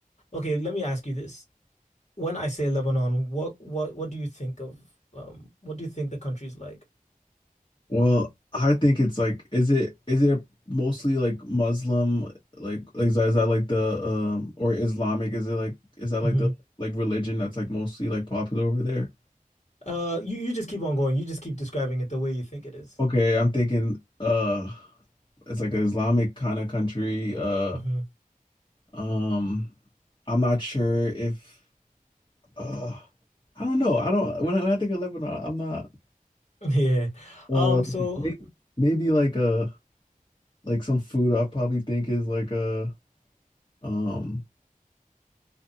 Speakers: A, on the left; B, on the left.
A: Okay, let me ask you this. When I say Lebanon, what, what, what do you think of? Um, what do you think the country's like?
B: Well, I think it's like, is it is it mostly like Muslim, like like is that, is that like the um or Islamic? Is it like is that like
A: hmm
B: the like religion that's like mostly like popular over there?
A: Uh, you, you just keep on going. You just keep describing it the way you think it is.
B: Okay, I'm thinking uh it's like an Islamic kind of country. Uh
A: Mm-hmm.
B: um I'm not sure if uh I don't know. I don't when I, when I think of Lebanon, I'm not
A: <laughs> Yeah. Um,
B: uh
A: so
B: maybe, maybe like uh like some food I probably think is like uh um